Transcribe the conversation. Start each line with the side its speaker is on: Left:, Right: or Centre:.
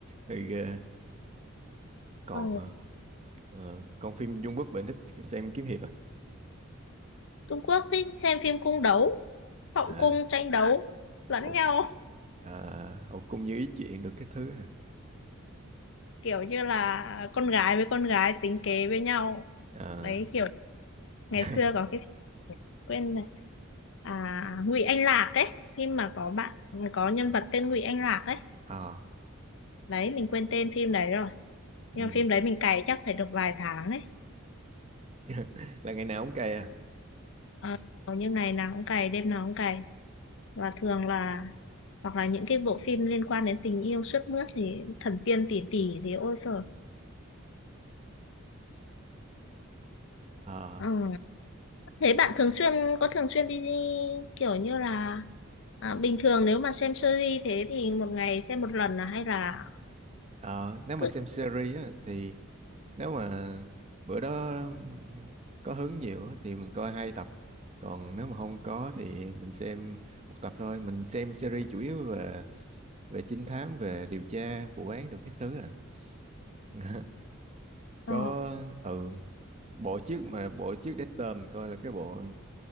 Right: hơi ghê còn
Left: Ừ.
Right: ờ, còn phim Trung Quốc bạn thích xem kiếm hiệp à,
Left: Trung Quốc thì xem phim cung đấu, hậu
Right: à
Left: cung tranh đấu lẫn
Right: hậu
Left: nhau.
Right: à, hậu cung như ý chuyện được cái thứ à,
Left: Kiểu như là con gái với con gái tính kế với nhau.
Right: à,
Left: Đấy kiểu ngày
Right: <laughs>
Left: xưa có cái quên này à Ngụy Anh Lạc ấy phim mà có bạn có nhân vật tên Ngụy Anh Lạc ấy
Right: à
Left: đấy mình quên tên phim đấy rồi nhưng
Right: ừ.
Left: mà phim đấy mình cày chắc phải được vài tháng đấy.
Right: <laughs> là ngày nào cũng cày à
Left: Ờ, hầu như ngày nào cũng cày đêm nào cũng cày và thường là hoặc là những cái bộ phim liên quan đến tình yêu sướt mướt thì thần tiên tỷ tỷ thì ôi trời
Right: Ờ,
Left: ừ. thế bạn thường xuyên có thường xuyên đi, đi kiểu như là à, bình thường nếu mà xem series thế thì một ngày xem một lần là hay là
Right: ờ, nếu mà
Left: cứ
Right: xem series á, thì nếu mà bữa đó có hứng nhiều á, thì mình coi hai tập còn nếu mà không có thì mình xem một tập thôi mình xem series chủ yếu về về trinh thám về điều tra vụ án được các thứ à <laughs>
Left: ờ.
Right: có ừ bộ trước mà bộ trước Dexter mình coi là cái bộ